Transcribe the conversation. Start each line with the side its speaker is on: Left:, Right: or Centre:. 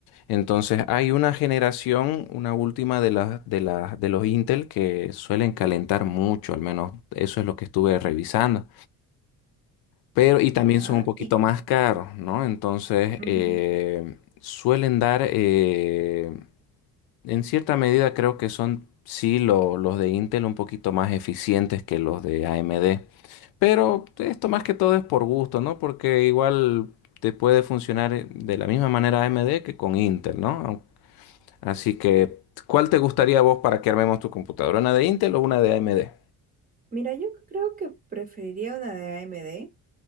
Left: Entonces hay una generación, una última de las de las de los Intel que suelen calentar mucho, al menos eso es lo que estuve revisando. Pero, y también
Right: ¿Ya?
Left: son un poquito
Right: Y,
Left: más caros, ¿no? Entonces,
Right: ujú.
Left: eh, suelen dar, eh, en cierta medida creo que son, sí, lo- los de Intel un poquito más eficientes que los de AMD. Pero esto más que todo es por gusto, ¿no? Porque igual te puede funcionar eh, de la misma manera AMD que con Intel, ¿no? Au- Así que, ¿cuál te gustaría a vos para que armemos tu computadora? ¿Una de Intel o una de AMD?
Right: Mira, yo creo que preferiría una de AMD